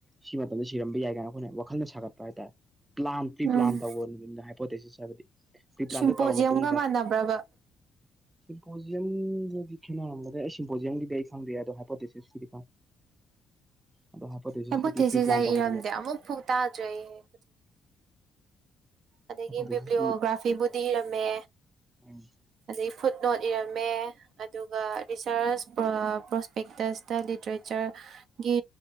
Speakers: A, on the right; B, on the right.
A: ꯁꯤ ꯃꯇꯝꯗ ꯁꯤꯔꯝꯕ ꯌꯥꯏ ꯀꯥꯏꯅ ꯑꯩꯈꯣꯏꯅ ꯋꯥꯈꯜꯅ ꯁꯥꯒꯠꯄ ꯍꯥꯏꯇꯥꯔꯦ ꯄ꯭ꯂꯥꯟ ꯄ꯭ꯔꯤꯄ꯭ꯂꯥꯟ
B: ꯎꯝ
A: ꯇꯧꯑꯣ ꯅꯨꯃꯤꯠꯅ ꯍꯥꯏꯄꯣꯇꯦꯁꯤꯁ ꯍꯥꯏꯕꯗꯤ
B: ꯁꯤꯝꯄꯣꯖꯤꯌꯝꯒ
A: ꯇꯧꯔꯕ ꯃꯇꯨꯡꯗ
B: ꯃꯥꯟꯅꯕ꯭ꯔꯕ
A: ꯁꯤꯝꯄꯣꯖꯤꯌꯝꯒꯤꯗꯤ ꯈꯦꯠꯅꯔꯝꯕꯗꯤ ꯑꯗꯣ ꯁꯤꯝꯄꯣꯖꯤꯌꯝꯒꯤꯗꯤ ꯑꯩ ꯈꯪꯗꯤꯌꯦ ꯑꯗꯣ ꯍꯥꯏꯄꯣꯇꯦꯁꯤꯁꯀꯤꯗꯤ ꯈꯪꯉꯦ ꯑꯗꯣ ꯍꯥꯏꯄꯣꯇꯦꯁꯤꯁ
B: ꯍꯥꯏꯄꯣꯊꯦꯁꯤꯁ
A: ꯁꯤꯗꯤ ꯄ꯭ꯔꯤ-ꯄ꯭ꯂꯥꯜ
B: ꯑꯩ
A: ꯇꯧꯕ
B: ꯏꯔꯝꯗꯦ ꯑꯃꯨꯛ ꯐꯨꯛ ꯇꯥꯗ꯭ꯔꯦ ꯑꯗꯒꯤ
A: ꯍꯥꯏꯄꯣꯊꯦꯁꯤꯁꯇꯤ
B: ꯕꯤꯕ꯭ꯂꯤꯑꯣꯒ꯭ꯔꯥꯐꯤꯕꯨꯗꯤ ꯏꯔꯝꯃꯦ
A: ꯎꯝ
B: ꯑꯗꯗꯒꯤ ꯐꯨꯗ ꯅꯣꯠ ꯏꯔꯝꯃꯦ ꯑꯗꯨꯒ ꯔꯤꯁꯔꯁ ꯄ꯭ꯔꯣꯁꯄꯦꯛꯇꯦꯁꯇ ꯂꯤꯇ꯭ꯔꯦꯆꯔ ꯒꯤ